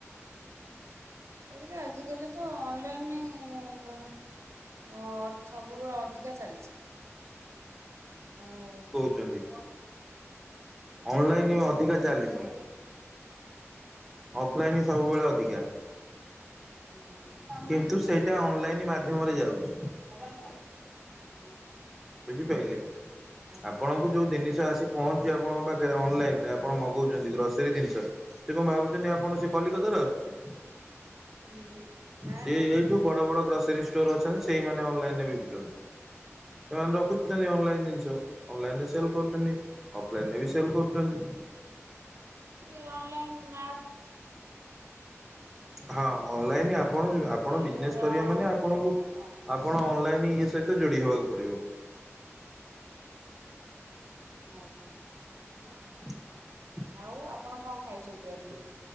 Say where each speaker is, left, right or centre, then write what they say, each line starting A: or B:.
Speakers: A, on the right; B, in the centre.
A: ଏପଟ ଆଜିିକାଲି ତ ଅନଲାଇନି ହ ସବୁବେଳେ ଅଧିକା ଚାଲିଛି ଆଉ
B: ଚାଲଚି
A: ହୁଁ
B: ଅନଲାଇନ ଅଧିକା ଚାଲିଚି। ଅଫଲାଇନ୍ ହିଁ ସବୁବେଳେ ଅଧିକା।
A: ଆଜ୍ଞା
B: କିନ୍ତୁ ସେଇଟା ଅନଲାଇନ ମାଧ୍ୟମରେ ଯାଉଛି। ହବ ବା।
A: ହଁ।
B: ବୁଝିପାରିଲେ
A: ଆଜ୍ଞା
B: ଆପଣଙ୍କୁ ଯୋଉ ଜିନିଷ ଆସି ପହଞ୍ଚୁ ଆପଣଙ୍କ ପାଖରେ ଅନଲାଇନ। ଆପଣ ମଗଉଛନ୍ତି ଗ୍ରସେରୀ ଜିନିଷ ସେ କଣ ଭାବୁଛନ୍ତି ଆପଣ ସେ କଲିକତାରୁ ଆସୁଛି।
A: ହୁଁ। ନା
B: ସେ
A: ନା
B: ଏଇଠୁ ବଡ ବଡ ଗ୍ରୋସରୀ ଷ୍ଟୋର ଅଛନ୍ତି ସେଇମାନେ ଅନଲାଇନରେ ବିକୁଛନ୍ତି। ଏମାନେ ରଖୁଛନ୍ତି
A: ହଁ
B: ଅନଲାଇନ ଜିନିଷ। ଅନଲାଇନ ରେ ସେଲ୍
A: ହଁ
B: କରୁଛନ୍ତି ଅଫଲାଇନ ରେ ବି ସେଲ୍ କରୁଛନ୍ତି।
A: କି ଅନ୍ଲାଇନ୍ ମା
B: ହଁ ଅନଲାଇନ ଆପଣ
A: କିଛି
B: ଆପଣ ବିଜନେସ୍ କରିବା
A: ଅ
B: ମାନେ ଆପଣଙ୍କୁ
A: ହଁ
B: ଆପଣ ଅନଲାଇନଁ ଇଏ ସହିତ ଯୋଡି ହେବାକୁ ପଡିବ।
A: ଆ ହ।
B: <inaudible>
A: ଆଉ ଆପଣ କଣ ଖାଇଛନ୍ତି ଆଜି?